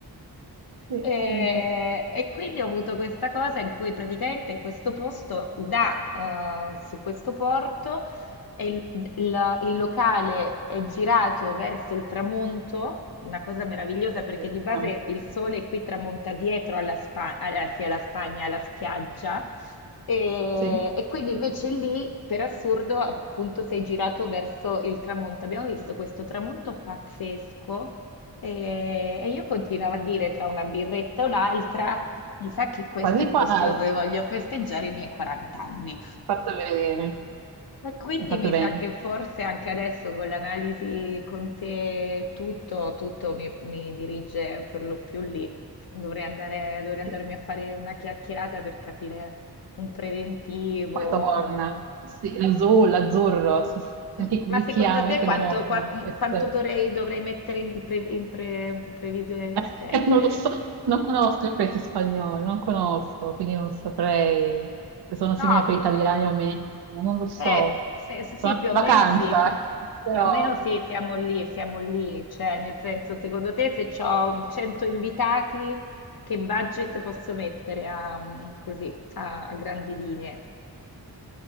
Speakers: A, on the right; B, on the left.
A: Sì,
B: E,
A: vedi.
B: e quindi ho avuto questa cosa in cui praticamente questo posto dà eh, su questo porto e il, il- il locale è girato verso il tramonto, una cosa meravigliosa
A: Bellissimo.
B: perché di base il sole qui tramonta dietro alla, Spa- alla- sì, alla Spagna, alla spiaggia, e,
A: Sì,
B: e quindi invece lì, per assurdo, appunto sei girato verso il tramonto. Abbiamo visto questo tramonto pazzesco eh, e io continuavo a dire tra una birretta e un'altra, mi sa che questo
A: quasi
B: è il posto
A: quasi.
B: dove voglio festeggiare i miei 40 anni.
A: Fatto bene,
B: E quindi
A: hai fatto
B: mi sa
A: bene.
B: che forse anche adesso con l'analisi con te tutto, tutto mi, mi dirige per lo più lì. Dovrei andare, dovrei andarmi
A: Sì.
B: a fare una chiacchierata per capire un preventivo.
A: Poi torna.
B: un-
A: Sì, l'azzurro, l'azzurro, se senti
B: Ma
A: quel
B: ma
A: richiamo,
B: secondo te
A: io credo
B: quanto,
A: molto
B: qua-
A: in queste...
B: quanto dovrei, dovrei mettere in, pre- in pre- in previsione di
A: <laughs>
B: spendere?
A: Non lo so, non conosco il paese spagnolo, non conosco, quindi non saprei se sono
B: No,
A: simili per gli italiani o meno, non lo so.
B: Eh, se- sì,
A: Sono
B: più
A: andata
B: o meno sì,
A: in vacanza,
B: più,
A: <laughs> però
B: più o meno sì, siamo lì, siamo lì, cioè nel senso, secondo te se ho 100 invitati, che budget posso mettere a, mm, così, a, a grandi linee?